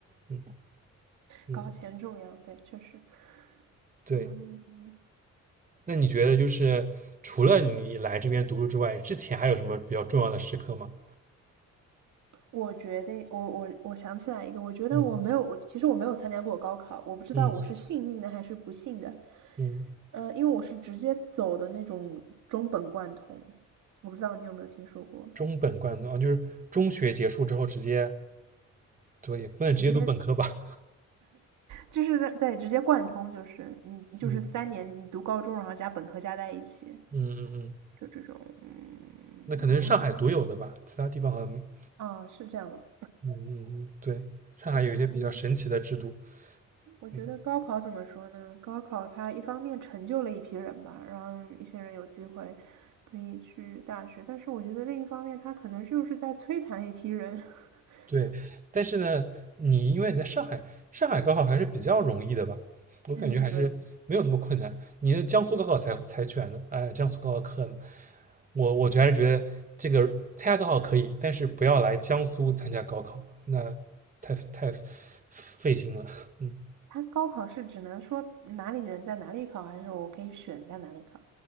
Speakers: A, on the right; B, on the right.
A: 嗯嗯，
B: 搞钱重要，对，确实。
A: 对。
B: 嗯，
A: 那你觉得就是除了你来这边读书之外，之前还有什么比较重要的时刻吗？
B: 我觉得我我我想起来一个，我觉得我没有，
A: 嗯。
B: 我其实我没有参加过高考，我不知道我是幸运的还是不幸的。
A: 嗯嗯，
B: 呃，因为我是直接走的那种中本贯通，我不知道你有没有听说过，
A: 中本贯读啊，就是中学结束之后直接，对，也不能直接读本科吧？
B: 直接就是在对直接贯通，就是你就是三年你读高中，
A: 嗯
B: 然后加本科加在一起，
A: 嗯嗯嗯，
B: 就这种，嗯，
A: 那可能是上海独有的吧，
B: 我觉得
A: 其他地方好像，嗯
B: 啊是这样吗？
A: 嗯嗯，对，上海有一些比较神奇的制度。
B: 我觉得，我觉得高考怎么说呢？
A: 嗯。
B: 高考它一方面成就了一批人吧，让一些人有机会可以去大学，但是我觉得另一方面，它可能就是在摧残一批人。<laughs>
A: 对，但是呢，你因为你在上海，上海高考还是比较容易的吧？我感觉还是没有那么困难。
B: 嗯，对。
A: 你的江苏高考才才卷呢，哎，江苏高考可能，我我就还是觉得这个参加高考可以，但是不要来江苏参加高考，那太太费心了。<laughs> 嗯，
B: 他高考是只能说哪里人在哪里考，还是我可以选在哪里考？